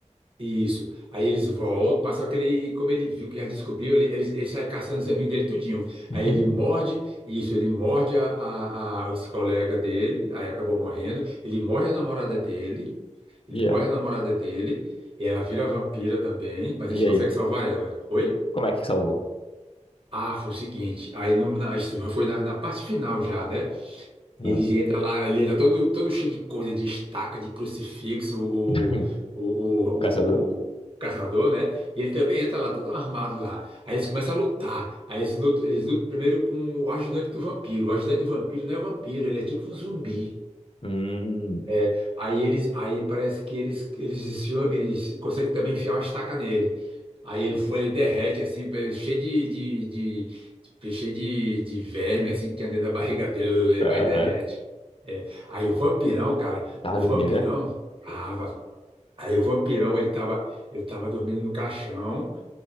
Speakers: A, on the right (about 45°); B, on the left (about 50°).
A: Isso. Aí eles voltam, mas só que ele, como ele viu que já descobriu, ele, ele, ele sai caçando os amigos dele tudinho.
B: <laughs>
A: Aí ele morde, isso, ele morde a, a, a- esse colega dele, aí acabou morrendo. Ele morde a namorada dele, ele
B: E
A: morde
B: é?
A: a namorada dele, e ela vira vampira também, mas
B: E
A: eles conseguem
B: aí?
A: salvar ela. Oi?
B: Como é que salvou?
A: Ah, foi o seguinte, aí no, na, isso já foi na, na parte final já, né?
B: Ah.
A: Ele entra lá, ele entra todo, todo cheio de coisa, de estaca, de crucifixo, o,
B: <laughs>
A: o,
B: O caçador?
A: o, o caçador, né? E ele também entra lá, todo armado lá. Aí eles começam a lutar. Aí eles lutam, eles lutam primeiro com o ajudante do vampiro. O ajudante do vampiro não é vampiro, ele é tipo um zumbi.
B: Hum,
A: É, aí eles, aí parece que eles, eles, enfiam- eles conseguem também enfiar uma estaca nele. Aí ele, voa, ele derrete assim, pe- cheio de, de, de- de- cheio de, de verme assim que tinha dentro da barriga dele, <laughs> ele
B: cara,
A: vai e derrete. É, Aí o vampirão, cara,
B: tava
A: o vampirão,
B: dormindo, né?
A: tava, aí o vampirão ele tava, eu tava dormindo no caixão.